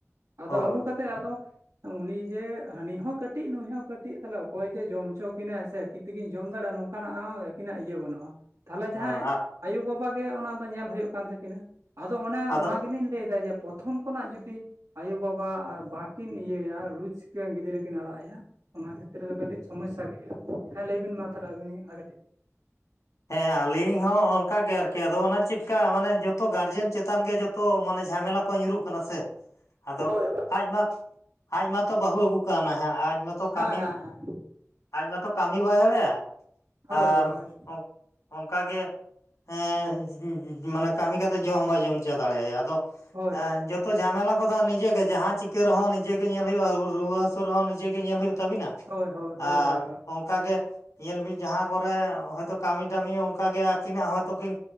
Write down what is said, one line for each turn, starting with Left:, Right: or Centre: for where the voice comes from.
Right: ᱟᱫᱚ
Left: ᱦᱳᱭ
Right: ᱟᱹᱜᱩ ᱠᱟᱛᱮᱜ ᱟᱫᱚ ᱩᱱᱤ ᱡᱮ ᱦᱟᱹᱱᱤ ᱦᱚᱸ ᱠᱟᱹᱴᱤᱡ ᱱᱩᱭ ᱦᱚᱸ ᱠᱟᱹᱴᱤᱡ ᱛᱟᱦᱮ, ᱚᱠᱚᱭ ᱡᱮ ᱡᱚᱢ ᱦᱚᱪᱚ ᱠᱤᱱᱟᱹ ᱥᱮ ᱟᱹᱠᱤᱱ ᱛᱮᱠᱤᱱ ᱡᱚᱢ ᱫᱟᱲᱮᱭᱟᱜᱼᱟ, ᱱᱚᱝᱠᱟᱱᱟᱜ ᱦᱚᱸ ᱟᱹᱠᱤᱱᱟᱜ ᱤᱭᱟᱹ ᱵᱟᱹᱱᱩᱜᱼᱟ᱾ ᱛᱟᱦᱚᱞᱮ ᱡᱟᱦᱟᱸᱭ
Left: ᱦᱮᱸ
Right: ᱟᱭᱳᱼ ᱵᱟᱵᱟ ᱜᱮ ᱚᱱᱟ ᱫᱚ ᱧᱮᱞ ᱦᱩᱭᱩᱜ ᱠᱟᱱ ᱛᱟᱹᱠᱤᱱᱟ ᱟᱫᱚ ᱚᱱᱮ
Left: ᱟᱫᱚ
Right: ᱚᱱᱟ ᱜᱮ ᱞᱤᱧ, ᱞᱟᱹᱭᱮᱫᱟᱭ ᱡᱮ ᱯᱨᱚᱛᱷᱚᱢ ᱠᱷᱚᱱᱟᱜ ᱡᱩᱫᱤ, ᱟᱭᱳᱼᱵᱟᱵᱟ ᱵᱟᱹᱠᱤᱱ ᱤᱭᱟᱹᱭᱟ ᱞᱩᱡᱽ ᱜᱤᱫᱽᱨᱟᱹ ᱠᱤᱱ ᱟᱲᱟᱜ, ᱚᱱᱟ ᱠᱷᱮᱛᱨᱮ ᱨᱮ ᱫᱚ ᱠᱟᱹᱴᱤᱡ ᱥᱚᱢᱚᱥᱟ ᱜᱮ ᱦᱩᱭᱩᱜᱼᱟ᱾ ᱦᱮᱸ ᱞᱟᱹᱭ ᱵᱤᱱ ᱢᱟ ᱛᱟᱦᱚᱞᱮ ᱟᱵᱤᱱ ᱟᱨ ᱠᱟᱹᱴᱤᱡ,
Left: ᱦᱮᱸ ᱟᱹᱞᱤᱧ ᱦᱚᱸ ᱚᱱᱠᱟᱜ ᱜᱮ ᱟᱨᱠᱤ ᱟᱫᱚ ᱚᱱᱟ ᱪᱮᱫᱠᱟ ᱢᱟᱱᱮ ᱡᱚᱛᱚ ᱜᱟᱨᱡᱮᱱ ᱪᱮᱛᱟᱱ ᱜᱮᱼᱼ ᱛᱚ ᱢᱟᱱᱮ ᱡᱷᱟᱢᱮᱞᱟ ᱠᱚ ᱧᱩᱨᱩᱜ ᱠᱟᱱᱟ ᱥᱮ, ᱟᱫᱚ
Right: ᱦᱳᱭ
Left: ᱟᱡᱢᱟ ᱟᱡ ᱢᱟᱛᱚ ᱵᱟᱦᱩ ᱟᱹᱜᱩ ᱠᱟᱣᱱᱟᱭ ᱦᱟᱸᱜ, ᱟᱡᱢᱟᱛᱚ
Right: ᱦᱮᱸ
Left: ᱠᱟᱹᱢᱤ
Right: ᱦᱮᱸ ᱦᱮᱸ
Left: ᱟᱡ ᱢᱟᱛᱚ ᱠᱟᱢᱤ ᱵᱟᱭ ᱫᱟᱲᱮᱭᱟᱜᱼᱟ,
Right: ᱦᱳᱭ
Left: ᱟᱨ
Right: ᱦᱳᱭ ᱦᱳᱭ
Left: ᱚᱱᱠᱟᱟᱜ ᱜᱮ ᱦᱮᱸ ᱢᱟᱱᱮ ᱠᱟᱹᱢᱤ ᱠᱟᱛᱮᱜ ᱡᱚᱢ ᱵᱟᱭ ᱡᱚᱢ ᱦᱚᱪᱟ ᱫᱟᱲᱮᱭᱟᱭᱟ ᱟᱫᱚᱼ, ᱼ
Right: ᱦᱳᱭ
Left: <unintelligible> ᱟᱨ
Right: ᱦᱳᱭ
Left: ᱡᱚᱛᱚ ᱛᱚ ᱡᱷᱟᱢᱮᱞᱟ ᱠᱚᱫᱚ ᱱᱤᱡᱮᱜ ᱜᱮ ᱡᱟᱦᱟᱸ ᱪᱤᱠᱟᱹ ᱨᱮᱦᱚᱸ ᱱᱤᱡᱮᱜᱮ ᱜᱮ ᱧᱮᱞ ᱦᱩᱭᱩᱜᱼᱟ ᱨᱩᱣᱟᱹ ᱦᱟᱹᱥᱩ ᱨᱮᱦᱚᱸ ᱱᱤᱡᱮᱜᱮ ᱜᱮ ᱧᱮᱞ ᱦᱩᱭᱩᱜ ᱛᱟᱵᱤᱱᱟ᱾
Right: ᱦᱳᱭ ᱦᱳᱭ ᱦᱳᱭ
Left: ᱟᱨ
Right: ᱦᱳᱭ ᱦᱳᱭ
Left: ᱚᱱᱠᱟ ᱜᱮ ᱧᱮᱞ ᱵᱤᱱ ᱡᱟᱦᱟᱸ ᱠᱚᱨᱮ, ᱦᱳᱭᱛᱳᱼᱼ ᱠᱟᱢᱤ ᱴᱟᱢᱤ ᱚᱱᱠᱟᱜ ᱜᱮ ᱟᱹᱠᱤᱱᱟᱜ ᱦᱚᱭᱛᱚᱠᱤᱱ